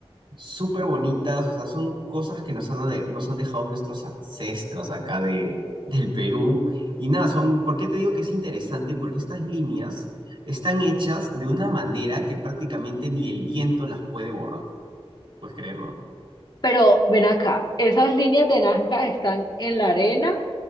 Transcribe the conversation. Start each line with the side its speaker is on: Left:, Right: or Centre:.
Right: súper bonitas, o sea, son cosas que nos han, de- nos han dejado nuestros ancestros acá de, del Perú. Y nada, son, ¿por qué te digo que es interesante? Porque estas líneas están hechas de una manera que prácticamente ni el viento las puede borrar, puedes creerlo.
Left: Pero ven acá, ¿esas líneas de Nazca están en la arena